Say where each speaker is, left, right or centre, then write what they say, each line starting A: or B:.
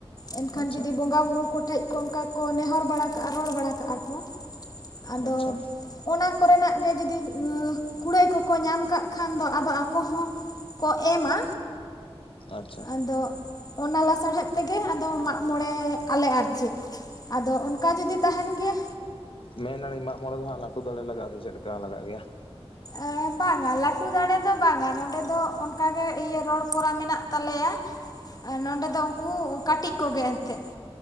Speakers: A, on the left; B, on the left.
A: ᱮᱱᱠᱷᱟᱱ
B: ᱟᱪᱪᱷᱟ
A: ᱡᱩᱫᱤ ᱵᱚᱸᱜᱟ ᱵᱩᱨᱩ ᱠᱚᱴᱷᱮᱡ ᱠᱚ ᱚᱱᱠᱟ ᱠᱚ ᱱᱮᱦᱚᱨ ᱵᱟᱲᱟ ᱠᱟᱜ-ᱟ ᱨᱚᱲ ᱵᱟᱲᱟ ᱠᱟᱜ-ᱟ ᱠᱚ ᱟᱫᱚ
B: ᱟᱪᱪᱷᱟ
A: ᱚᱱᱟ ᱠᱚᱨᱮᱱᱟᱜ ᱜᱮ ᱡᱩᱫᱤ ᱠᱩᱲᱟᱹᱭ ᱠᱚᱠᱚ ᱧᱟᱢ ᱠᱟᱜ ᱠᱷᱟᱱ ᱫᱚ ᱟᱫᱚ ᱟᱠᱚ ᱦᱚᱸ ᱠᱚ ᱮᱢᱟ᱾
B: ᱟᱪᱪᱷᱟ
A: ᱟᱫᱚ ᱚᱱᱟ ᱞᱟᱥᱟᱲᱦᱮᱫ ᱛᱮᱜᱮ ᱟᱫᱚ ᱢᱟᱜ ᱢᱚᱬᱮ ᱟᱞᱮ ᱟᱨ ᱪᱮᱫ᱾ ᱟᱫᱚ ᱚᱱᱠᱟ ᱡᱩᱫᱤ ᱛᱟᱦᱮᱱ ᱜᱮᱭᱟ
B: ᱢᱮᱱᱟᱞᱤ ᱢᱟᱜ ᱢᱚᱬᱮ ᱫᱚ ᱦᱟᱸᱜ ᱞᱟᱹᱴᱩ ᱫᱟᱲᱮ ᱞᱟᱜᱟᱜ-ᱟ ᱥᱮ ᱪᱮᱫ ᱞᱮᱠᱟ ᱞᱟᱜᱟᱜ ᱜᱮᱭᱟ?
A: ᱮ ᱵᱟᱝᱟ ᱞᱟᱹᱴᱩ ᱫᱟᱲᱮ ᱫᱚ ᱵᱟᱝᱟ ᱱᱚᱸᱰᱮ ᱫᱚ ᱚᱱᱠᱟᱜᱮ ᱤᱭᱟᱹ ᱨᱚᱲ ᱠᱚᱨᱟ ᱢᱮᱱᱟᱜ ᱛᱟᱞᱮᱭᱟ ᱟᱨ ᱱᱚᱸᱰᱮ ᱫᱚ ᱩᱱᱠᱩ ᱠᱟᱹᱴᱤᱡ ᱠᱚᱜᱮ ᱮᱱᱛᱮ